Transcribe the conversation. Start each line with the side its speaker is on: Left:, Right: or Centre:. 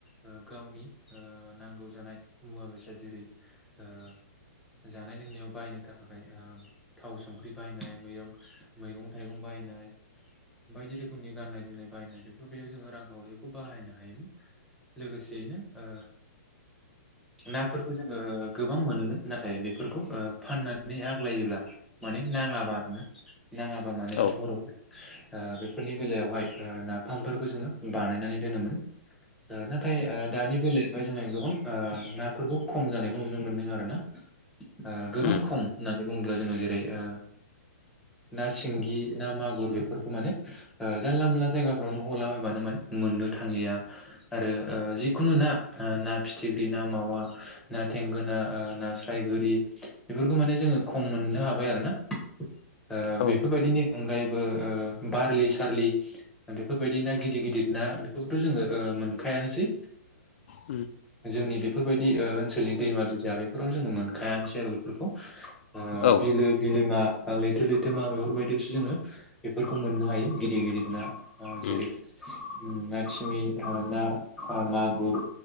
Centre: ओ गावनि ओ नांगौ जानाय मुवा -बेसाद जेरै ओ ओ जानाय - लोंनायाव बायनो थाखाय ओ थाव - संख्रि बायनाय मैगं मैगं- थाइगं बाय नाय बायदि रोखनि गाननाय जोमनाय बायनाय बेफोरबायदियाव जोङो रांखावरिखौ बाहायनो हायोमोन लोगोसेयैनो ओ नाफोरखौ जोङो गोबां मोनोमोन नाथाय बेफोरखौ ओ फाननानै आग्लायोब्ला माने नाङाबा आरो ना नाङाबा माने
Left: औ
Centre: बरफोर ओ बेफोरनि बेलायावहाय ओ ना- फामफोरखौ जोङो बानायनानै दोनोमोन ओ नाथाय ओ दानि बेलायाव ओमफ्राय जोंहा गोबां ओ नाफोरखौ खम जानायखौ नुनो मोनदों आरो ना ओ गोबां
Left: उम
Centre: खम होननानै बुङोब्ला जोङो जेरै ओ ना सिंगि ना मागुर बेफोरखौ माने ओ जानला - मोनला जायगा फोरावनो हलाबानो माने मोननो थांलिया आरो ओ जिखुनु ना ओ ना फिथिख्रि ना मावा ना थेंगोना ओ ना स्राय गोरि बेफोरखौ माने जोङो खम मोननो हाबाय आरो ओ
Left: औ
Centre: बेफोरबायदिनि अनगायैबो ओ बारलि-सारलि बेफोरबायदि ना गिदिर - गिदिर ना बेफोरखौथ जोङो ओ मोनखायासै
Left: उम
Centre: जोंनि बेफोरबायदि ओ ओनसोलनि दैमा- दैसा बेफोराव जोङो मोनखायानोसै आरो बेफोरखौ ओ
Left: औ
Centre: बिलो - बिलोमा, लैथो- लैथोमा बेफोरबायदियावसो जोङो बेफोरखौ मोननो हायो गिदिर गिदिर ना ओ
Left: उम
Centre: जेरै ना थिमि ओ ना मागुर